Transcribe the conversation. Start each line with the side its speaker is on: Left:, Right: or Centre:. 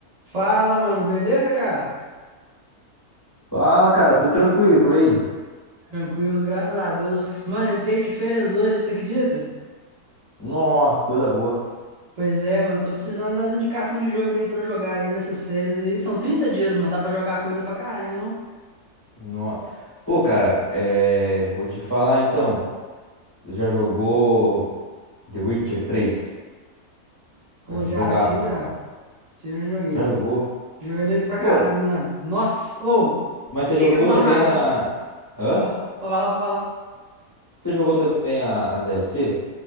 Right: Fala, mano, beleza, cara?
Left: Fala, cara, tudo tranquilo e por aí?
Right: Tranquilo, graças a Deus. Mano, entrei de férias hoje, você acredita?
Left: Nossa, coisa boa.
Right: Pois é, mano, tô precisando das indicações de jogo aí pra eu jogar aí nessas férias aí. São 30 dias, mano, dá pra jogar coisa pra caralho, né, não?
Left: Nossa. Pô, cara, é, vou te falar então. Você já jogou The Witcher três
Right: Pô,
Left: Eu acho
Right: já,
Left: um jogaço
Right: esse
Left: assim,
Right: aí já.
Left: cara.
Right: Esse aí eu já joguei.
Left: Já jogou?
Right: Joguei doido pra
Left: Pô,
Right: caralho, mano. Nossa, ô,
Left: mas você
Right: peguei
Left: jogou
Right: uma
Left: também
Right: armadura.
Left: a. Hã?
Right: Ó, pra falar, pra falar.
Left: Você jogou também a- as DLC?